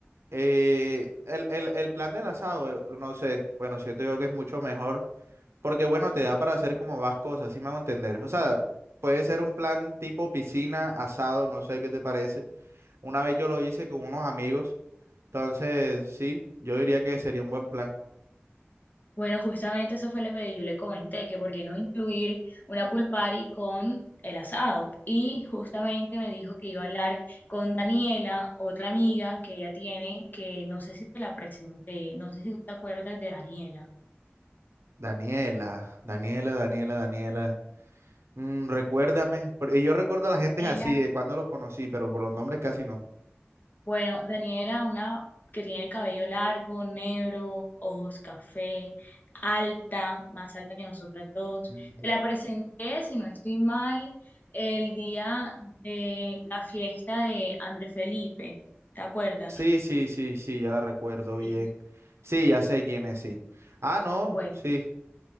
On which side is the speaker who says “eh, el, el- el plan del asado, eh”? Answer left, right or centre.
Right